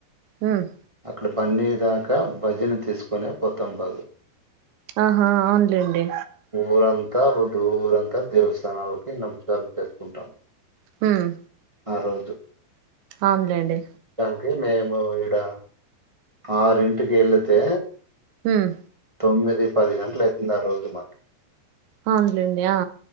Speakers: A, on the right; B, on the right.
A: ఉమ్
B: అట్లా బన్నీ దాకా భజన చేసుకునే పోతాం బదు
A: ఆహా అవునులేండి
B: ఊరం తా రుధువురంతా దేవస్థానాలకి నమస్కారం చేసుకుంటాం
A: హ్మ్
B: ఆ రోజు
A: అవునులేండి
B: అంటే మేము ఇడ ఆరింటికి వెళితే
A: హ్మ్
B: తొమ్మిది పది గంటలయితుంది ఆ రోజు మాకి
A: అవును లెండి ఆ